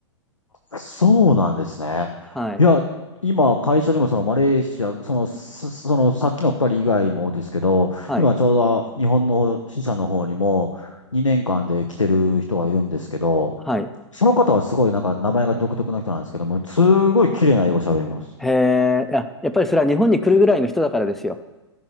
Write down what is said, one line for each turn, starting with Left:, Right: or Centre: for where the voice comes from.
Left: い。そうなんですね。
Centre: はい。
Left: いや、今、会社にもそのマレーシア、その、すそのさっきの二人以外もですけど、
Centre: はい。
Left: 今ちょうど日本の支社の方にも2年間で来てる人がいるんですけど、
Centre: はい。
Left: その方はすごいなんか名前が独特な人なんですけども、すごい綺麗な英語喋ります。
Centre: へえ、いや、やっぱりそれは日本に来るぐらいの人だからですよ。